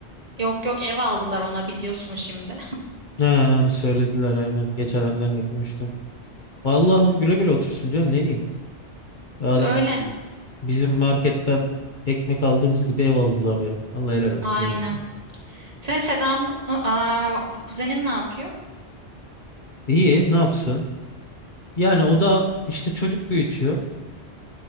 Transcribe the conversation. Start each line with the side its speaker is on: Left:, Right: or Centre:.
Right: Yok yok ev aldılar ona biliyorsun şimdi.
Left: Ha, onu söylediler aynen. Geçen annenle konuştum. Vallahi güle güle otursun canım ne diyeyim. Ya
Right: Öyle.
Left: da- bizim marketten ekmek aldığımız gibi ev aldılar ya. Allah helal olsun
Right: Aynen.
Left: ne diyeyim.
Right: Sen Sedan Aa, kuzenin ne yapıyor?
Left: İyi ne yapsın? Yani o da işte çocuk büyütüyor.